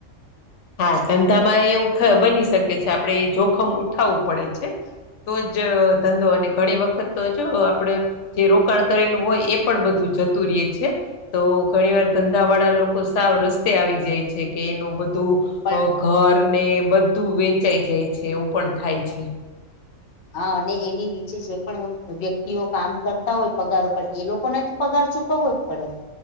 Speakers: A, on the left; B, on the left.
A: હા ધંધામાં એવું બની શકે છે, આપણે એ જોખમ ઉઠાવવું પડે છે. તો જ ધંધો અને ઘણી વખત તો જો આપણેે જે રોકાણ કરેલું હોય એ પણ બધું જતું રએ છે. તો ઘણી વાર ધંધા વાળા લોકો સાવ રસ્તે આવી જાય છે કે એનું બધું,
B: પણ
A: અ ઘર ને બધું વેચાઈ જાય છે એવું પણ થાય છે.
B: હા, અને એની નીચે જે પણ વ્યક્તિઓ કામ કરતા હોય પગાર ઉપર એ લોકોને તો પગાર ચૂકવવો પડે છે,